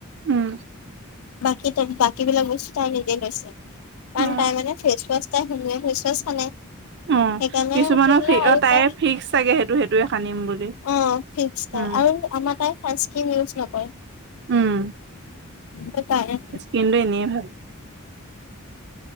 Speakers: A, on the right; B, on the left.
A: উম
B: বাকী তে বাকী বিলাক বস্তু তাই নিজেই লৈছে কাৰণ
A: অ
B: তাই মানে ফেছৱাছ তাই শুনিয়াছ থৈছেচ মানে <unintelligible>
A: অ
B: সেইকাৰণে
A: কিছুমানৰ
B: তেতিয়া
A: ফি
B: আৰু
A: অ তাইৰ
B: তাই
A: ফিক্স চাগে সেইটো সেইটোৱে সানিম বুলি
B: অ ফিপ্তাই
A: উম
B: আৰু আমাৰ তাই চান্সক্ৰিম ইউজ নকৰে আৰু
A: উম
B: তাই
A: কিন্তু এনেই ভাল